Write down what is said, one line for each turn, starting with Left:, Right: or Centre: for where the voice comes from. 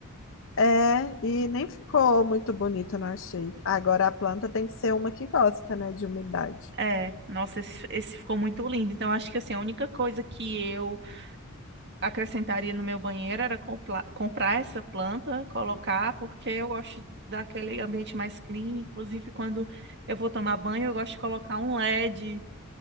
Left: É, e nem ficou muito bonito, não achei. Agora a planta tem que ser uma que gosta, né, de umidade.
Right: É, nossa, esse, esse ficou muito lindo. Então, acho que assim, a única coisa que eu acrescentaria no meu banheiro era compla- comprar essa planta, colocar, porque eu gosto daquele ambiente mais clean. Inclusive, quando eu vou tomar banho, eu gosto de colocar um LED,